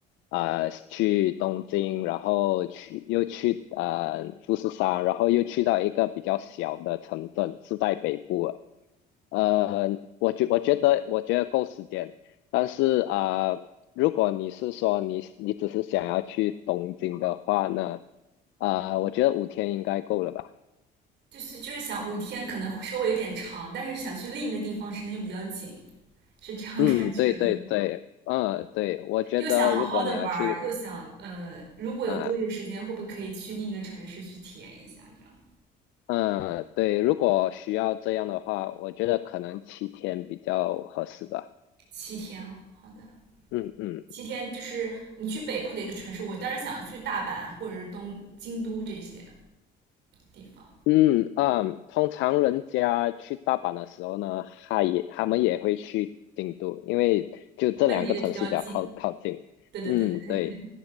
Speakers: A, on the left (about 80°); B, on the right (about 65°).
A: 啊、去东京，然后去又去呃富士山，然后又去到一个比较小的城镇，是在北部了呃，我觉我觉得我觉得够时间，但是啊、呃如果你是说你你只是想要去东京的话呢，啊、我觉得五天应该够了吧。
B: 就是就是想五天可能稍微有点长，但是想去另一个地方时间又比较紧，是这样感觉的。
A: 嗯，对对对，嗯，对，我觉得如果你要去
B: 又想好好的玩儿，又想呃，如果有多余的时间，
A: 啊，
B: 会不会可以去另一个城市去体验一下？这样
A: 嗯，对，如果需要这样的话，我觉得可能七天比较合适吧。
B: 七天啊，好的。
A: 嗯嗯
B: 七天就是你去北部的一个城市，我当然想去大阪或者是东京都这些地方，
A: 嗯嗯，通常人家去大阪的时候呢，他也他们也会去京都，因为就这两个城市比较靠靠近。
B: 他们离得比较近。对对对对对对，
A: 嗯，对，